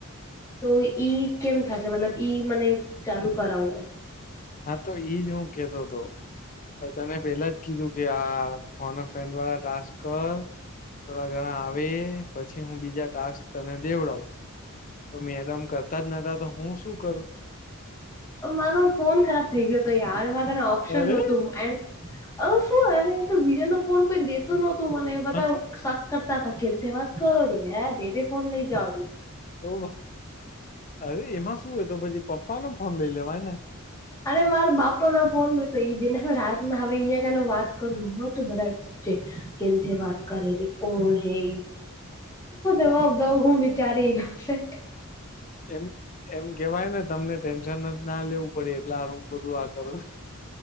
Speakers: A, on the left (about 15°); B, on the left (about 40°).
A: તો ઈ કેમ થશે મતલબ ઈ મને ચાલુ કરાવવું હે
B: હા તો ઈજ હું કેતો હતો. તને પેલા જ કીધું કે આ ફોન અ ફ્રેન્ડ વાળા ટાસ્ક અ થોડા ઘણા આવે પછી હું બીજા ટાસ્ક તને દેવડાવુ તો મેદામ કરતા જ નતા તો હું શું કરું.
A: મા ફોન ખરાબ થઈ ગયો હતો યાર મા કને ઓપ્શન
B: અરે
A: નહોતું. એ અ શું અરે તો વિજા નો ફોન કોઈ દેતું નહોતું મને બધા
B: હા તો
A: કરતા ત કેન્થી વાત કરોરી હે બેબે ફોન લઈ જાવરી.
B: ઓ અરે એમાં શું તો પછી પપ્પાને ફોન લઈ લેવાય ને
A: અરે મારા બાપા ના ફોન બ તો એ જેને રાત ના હવે અહિયા કને વાત કરું તો બધા કેન થી વાત કરે રિ કોણ હે જવાબ દઉ હું બચારી રયો છે.
B: એમ એમ કેવાય ને તમને ટેન્શન ના લેવું પડે એટલે હું બધું આ કરું રિ